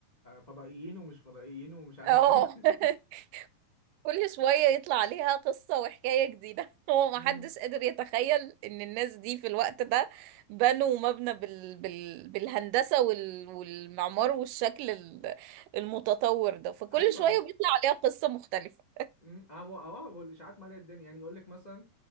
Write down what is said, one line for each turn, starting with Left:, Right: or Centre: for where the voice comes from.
Left: فضائيين ومش فضائيين ومش عارف
Right: اه
Left: ايه <laughs>
Right: <laughs> كل شويه يطلع عليها قصه وحكايه جديده <laughs> هو ما
Left: امم
Right: حدش قادر يتخيل ان الناس دي في الوقت ده بنوا مبنى بال... بال... بالهندسه وال... والمعمار والشكل ال- المتطور ده فكل
Left: ايوه
Right: شويه بيطلع عليها قصه مختلفه
Left: امم ابو اه ابو الاشاعات ماليه الدنيا يعني يقول لك مثلا